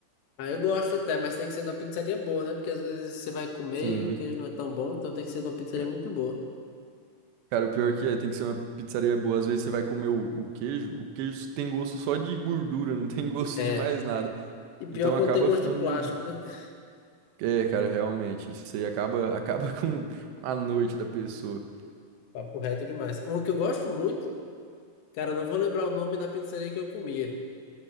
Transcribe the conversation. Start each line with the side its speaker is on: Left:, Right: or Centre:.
Left: Aí eu gosto até, mas tem que ser de uma pizzaria boa, né? Porque às vezes você vai comer
Right: Sim.
Left: e o queijo não é tão bom, então tem que ser de uma pizzaria
Right: Ca-
Left: muito boa.
Right: Cara, o pior que é, tem que ser uma pizzaria boa. Às vezes você vai comer o, o queijo, o queijo tem gosto só de gordura, não tem <laughs> gosto
Left: É.
Right: de mais nada.
Left: E pior
Right: Então
Left: quando
Right: acaba
Left: tem gosto
Right: ficando
Left: de plástico,
Right: meio.
Left: né? <laughs>
Right: É, cara, realmente. Isso aí acaba, acaba <laughs> com a noite da pessoa.
Left: Papo reto demais. Uma que eu gosto muito, cara, eu não vou lembrar o nome da pizzaria que eu comia.